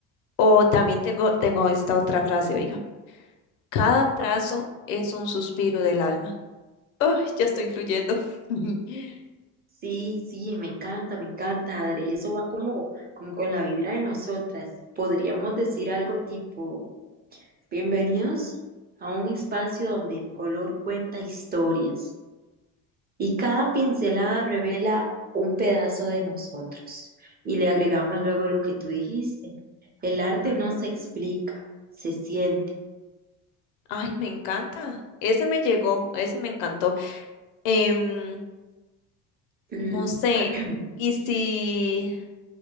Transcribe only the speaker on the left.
O también tengo, tengo esta otra frase, oiga, cada trazo es un suspiro del alma. Ay, ya estoy fluyendo. <laughs>
Mm.
Ah.
Ay, me encanta. Ese me llegó, ese me encantó. Em,
no sé,
y si,